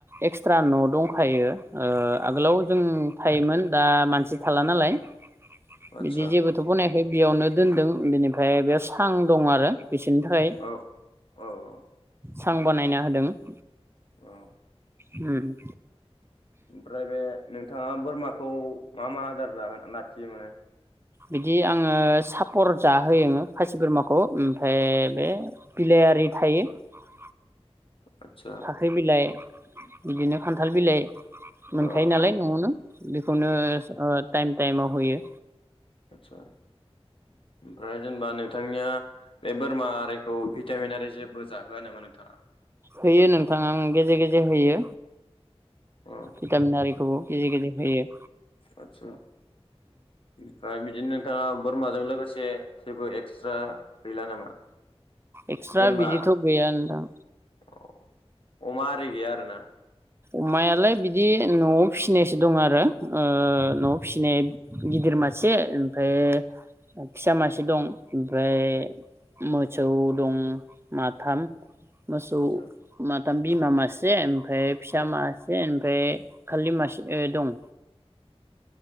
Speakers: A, on the right; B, on the left.
A: एक्सट्रा न' दंखायो ओ आगोलाव जों थायोमोन । दा मानसि थाला नालाय ।
B: आदसा
A: बिदि जेबोथ बनायाखै बेयावनो दोनदों बेनिफ्राय बेयाव सां दं आरो । बेसोरनि थाखाय
B: औ औ औ
A: सां बानायना होदों ‌।
B: अ ।
A: उम्म।
B: ओमफ्राय बे नोंथाङा बोरमा खौ मा मा आदार <unintelligible>
A: बिदि आंङो सापर जाहोयो खासि बोरमाखौ ओमफफ्राय बे बिलायारि थायो ।
B: आदसा
A: फाख्रि बिलाय, बिदिनो खान्थाल बिलाइ। मोनखायो
B: औ
A: नालाय
B: औ
A: न'आवनो, बेखौनो टाइम टाइमाव होयो।
B: आतसा ओमफ्राय जों बानाय नोंथांनिया बे बोरमा आरिखौ भिटामिनारि जेबो जाहोआ नामा नोंथाङा?
A: होयो नोंथाङा आं गेजेर गेजेर होयो।
B: अ
A: भिटामिनारिखौबो गेजेर गेजेर होयो।
B: आदसा ओमफ्राय बिदिनो नोंथाङा बोरमाजों लोगोसे जेबो एक्सट्रा गैला नामा?
A: एक्सट्रा
B: जेनेबा
A: बिदिथ गैया नोंथां।
B: औ अमा आरि गैया आरो ना?
A: अमायालाय बिदि न'आव फिसिनायसो दं आरो। ओ न'आव फिसिनाय गिदिर मासे ओमफ्राय, फिसा मासे दं, ओमफ्राय मोसौ दं माथाम। मोसौ
B: आदसा
A: मा दाम्ब्रि बिमा मासे ओमफ्राय फिसा मासे ओमफ्राय खालि मासे दं।